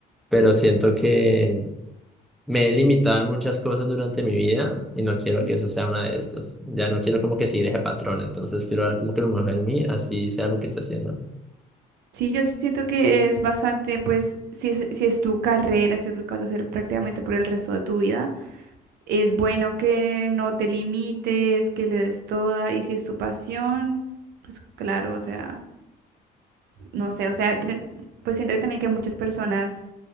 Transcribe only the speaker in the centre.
pero siento que... Me he limitado en muchas cosas durante mi vida y no quiero
que eso sea una de estas. Ya no quiero como que seguir ese patrón, entonces quiero ver como que lo mejor en mí, así sea lo que esté haciendo.